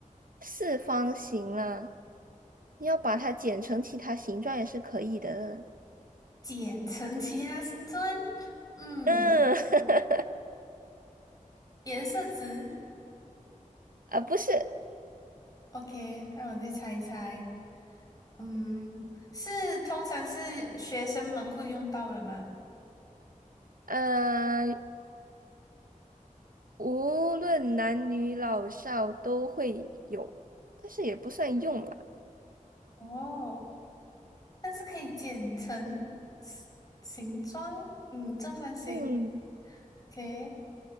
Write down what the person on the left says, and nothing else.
简称其他形状，嗯，
颜色值。
OK，让我再猜一猜。嗯，是通常是学生们会用到的吗？
哦，但是可以剪成形形状，嗯，正方形。
OK，